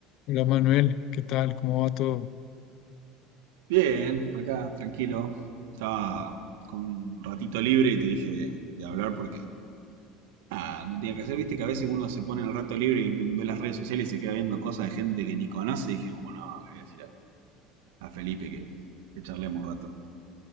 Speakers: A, on the left; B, on the right.
A: Hola Manuel, ¿qué tal? ¿Cómo va todo?
B: Bien, acá, tranquilo. Estaba con un ratito libre y te dije de, de hablar porque ah, no tenía que hacer. Viste que a veces uno se pone en el rato libre y ve las redes sociales y se queda viendo cosas de gente que ni conoce. Y dije, bueno, no, le voy a decir a, a Felipe que, que charlemos un rato.